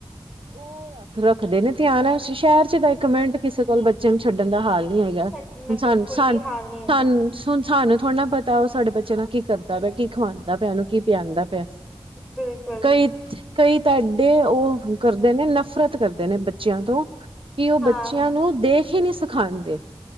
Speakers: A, on the right (about 60°); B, in the centre.
A: ਉਹ ਅੱਖ ਰੱਖਦੇ ਨੇ ਧਿਆਨ ਸ਼ਹਿਰ 'ਚ ਤਾਂ ਇੱਕ ਮਿੰਟ ਕਿਸੇ ਕੋਲ। ਬੱਚੇ ਨੂੰ ਛੱਡਣ ਦਾ ਹਾਲ ਨੀ ਹੈਗਾ। ਹੁਣ
B: ਸਾਡਾ ਬਿਲਕੁਲ
A: ਸਾਨੂੰ ਸਾਨ
B: ਵੀ ਹਾਲ ਨਹੀਂ ਹੈਗਾ
A: ਸਾਨੂੰ। ਹੁਣ ਸਾਨੂੰ ਥੋੜ੍ਹਾ ਨਾ ਪਤਾ ਉਹ ਸਾਡੇ ਬੱਚੇ ਨਾਲ ਕੀ ਕਰਦਾ ਪਿਆ, ਕੀ ਖਵਾਉਂਦਾ ਪਿਆ, ਉਹਨੂੰ ਕੀ ਪਿਆਂਦਾ ਪਿਆ।
B: ਬਿਲਕੁਲ
A: ਕਈ- ਕਈ ਤੁਹਾਡੇ ਉਹ ਕਰਦੇ ਨੇ ਨਫ਼ਰਤ ਕਰਦੇ ਨੇ ਬੱਚੇ ਬੱਚਿਆਂ ਤੋਂ ਕਿ ਉਹ
B: ਹਾਂ
A: ਬੱਚਿਆਂ ਨੂੰ ਦੇਖ ਨਹੀਂ ਸਿਖਾਉਂਦੇ